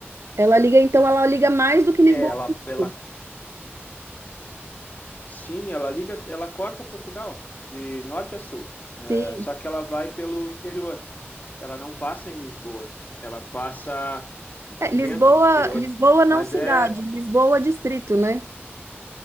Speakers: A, on the right; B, on the left.
A: Ela liga, então ela liga mais do que Lisboa
B: É, ela,
A: ao
B: ela
A: Porto.
B: Sim, ela liga, ela corta Portugal de norte a sul, É,
A: Sim.
B: só que ela vai pelo interior. Ela não passa em Lisboa, ela passa
A: É,
B: por
A: Lisboa,
B: dentro, no interior.
A: Lisboa não
B: Mas
A: cidade,
B: é.
A: Lisboa distrito, né?